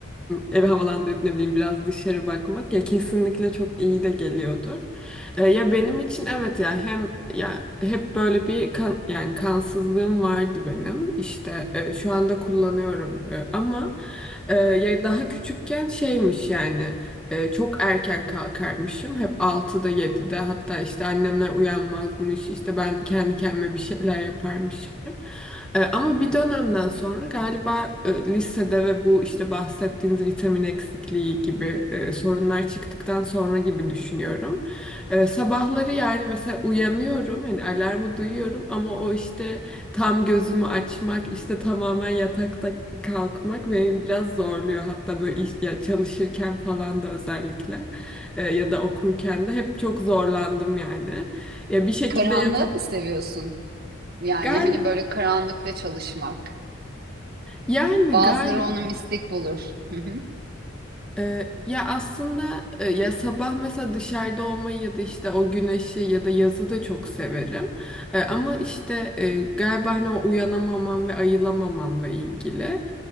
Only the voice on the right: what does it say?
Karanlığı
mı seviyorsun? Yani
hani böyle karanlıkta çalışmak.
Bazıları
onu mistik bulur. Hı hı.